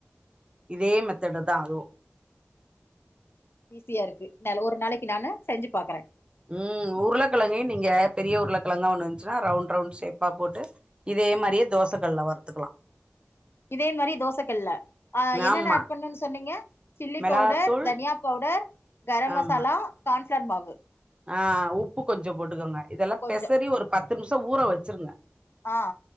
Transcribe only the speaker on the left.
ஈஸியா இருக்கு ந ஒரு நாளைக்கு நானு செஞ்சு பாக்குற
இதே மாரி தோச கல்ல ஆ என்னென்ன
ஆட் பண்ணும் சொன்னீங்க சில்லி
பவுடர் தனியா பவுடர் கரம்
மசாலா கான்ஃபிளர் மாவு
உப்பு கொஞ்சோ
ஆ